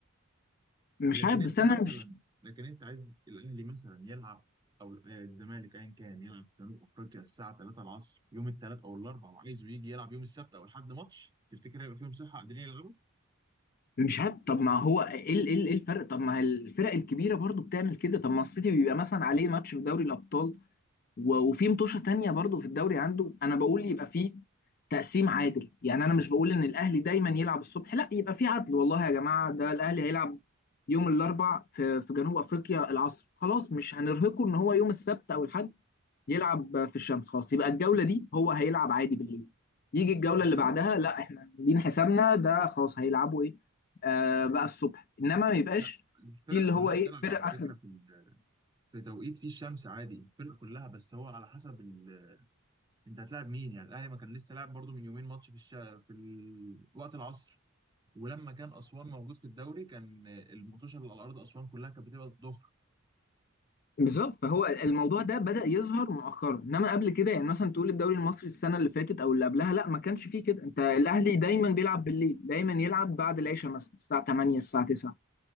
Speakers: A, on the left (about 45°); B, on the right (about 20°).
A: مش
B: لكن
A: عارف بس
B: انت
A: انا
B: مثلا
A: مش
B: لكن انت عايز الاهلي مثلا يلعب او الزمالك ايا كان يلعب في جنوب افريقيا الساعه 3 العصر يوم الثلاث او الاربعاء وعايزه يجي يلعب يوم السبت او الحد ماتش تفتكر هيبقى فيهم صحه قادرين يلعبوا
A: مش عارف طب ما هو ايه ال- ايه ال- إيه الفرق طب ما الفرق الكبيره برضو بتعمل كده طب ما السيتي بيبقى مثلا عليه ماتش في دوري الابطال و- وفي متوشه تانية برضو في الدوري عنده انا بقول يبقى فيه تقسيم عادل يعني انا مش بقول ان الاهلي دايما يلعب الصبح لا يبقى فيه عدل والله يا جماعه ده الاهلي هيلعب يوم الاربع في في جنوب افريقيا العصر خلاص مش هنرهقه ان هو يوم السبت او الاحد يلعب في الشمس خلاص يبقى الجوله دي هو هيلعب عادي بالليل يجي الجوله
B: بس
A: اللي
B: لا
A: بعدها لا احنا عاملين حسابنا ده خلاص هيلعبوا ايه آه بقى الصبح انما ما يبقاش
B: لا الفرق
A: في اللي
B: كلها
A: هو ايه
B: بتلعب
A: فرق
B: على
A: اخر
B: فكره في ال- في توقيت فيه الشمس عادي الفرق كلها بس هو على حسب ال... انت هتلاعب مين يعني الاهلي ما كان لسه لاعب برضو من يومين ماتش في الش... في ال... وقت العصر ولما كان اسوان موجود في الدوري كان المطوشه اللي على ارض اسوان كلها كانت بتبقى الظهر
A: بالظبط فهو الموضوع ده بدأ يظهر مؤخرا انما قبل كده يعني مثلا تقول الدوري المصري السنه اللي فاتت او اللي قبلها لا ما كانش فيه كده انت الاهلي دايما بيلعب بالليل دايما يلعب بعد العشاء مثلا الساعه 8 الساعه 9